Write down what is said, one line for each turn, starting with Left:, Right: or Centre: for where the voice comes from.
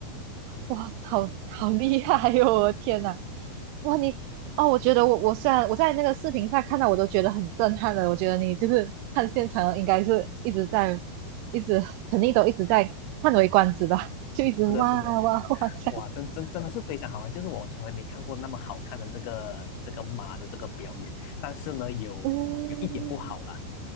Right: 哇，好好厉害哟、我的天哪，哇你哦，我觉得我我虽然我在那个视频上看到，我都觉得很震撼的。我觉得你就是看现场，应该是一直在一直肯定都一直在叹为观止吧，
Left: <laughs>
Right: 就一直哇哇哇这样，
Left: 是的，是的，哇，真真真的是非常好玩，就是我从来没看过那么好看的这个这个马的这个表演。但是呢，有有一点不好啦，
Right: 嗯